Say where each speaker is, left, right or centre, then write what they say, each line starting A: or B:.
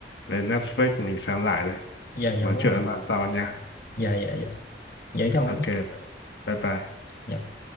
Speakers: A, on the left (about 75°); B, on the left (about 50°).
A: lên Netflix mình xem lại đây
B: dạ dạ
A: nói
B: vâng
A: chuyện
B: ạ
A: với bạn sau nha
B: dạ dạ dạ dạ chào anh
A: ok bye bye
B: Dạ.